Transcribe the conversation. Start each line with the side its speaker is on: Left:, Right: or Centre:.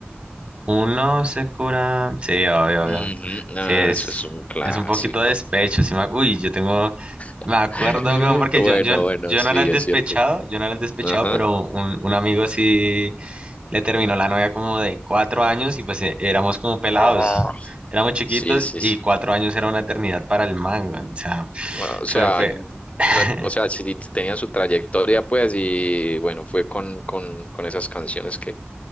Right: Uno se cura. Sí, obvio,
Left: Ujú,
Right: obvio. Sí,
Left: ah,
Right: es,
Left: eso es un clásico.
Right: es un poquito de despecho. Sí me... ac- Uy, yo tengo.
Left: <laughs>
Right: Me acuerdo, weón, porque
Left: Bueno,
Right: yo, yo,
Left: bueno,
Right: yo
Left: sí,
Right: no era el
Left: es
Right: despechado,
Left: cierto.
Right: yo no era el despechado,
Left: Ajá.
Right: pero un, un amigo sí le terminó la novia como de cuatro años y pues eh, éramos como pelados.
Left: Ah.
Right: Éramos chiquitos
Left: Sí, sí,
Right: y
Left: sí.
Right: cuatro años era una eternidad para el man, weón, O sea,
Left: O
Right: fue,
Left: sea,
Right: fue.
Left: no,
Right: <laughs>
Left: o sea, sí tenían su trayectoria, pues, y bueno, fue con, con, con esas canciones que,